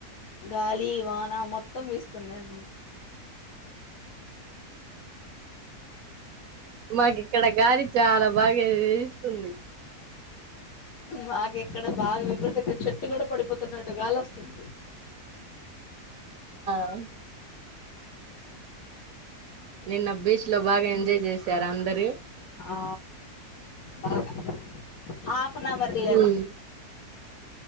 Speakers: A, on the left (about 60°); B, on the right (about 65°).
A: గాలి, వాన మొత్తం వీస్తున్నాయి మాకు
B: మాకు ఇక్కడ గాలి చాలామ్ బాగా వీస్తుంది
A: మాకు ఇక్కడ బాగా విపరీతంగా చెట్టు కూడా పడిపోతున్నట్టు గాలి వస్తుంది.
B: అ నిన్న బీచ్ లో బాగా ఎంజాయ్ చేసారు అందరు?
A: ఆ బాగా హాఫ్ అన్ అవర్ లేవ
B: ఉమ్.